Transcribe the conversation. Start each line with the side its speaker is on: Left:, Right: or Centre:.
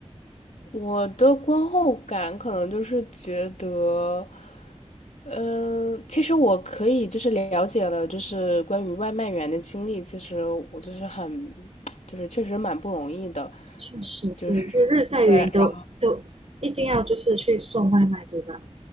Left: 我的观后感可能就是觉得，嗯、其实我可以就是了解了，就是关于外卖员的经历，其实我就是很，<tsk> 就是确实蛮不容易的，
Right: 确实对，
Left: 就是
Right: 就日晒雨淋都都一定要就是去送外卖，
Left: 对，然后。
Right: 对吧？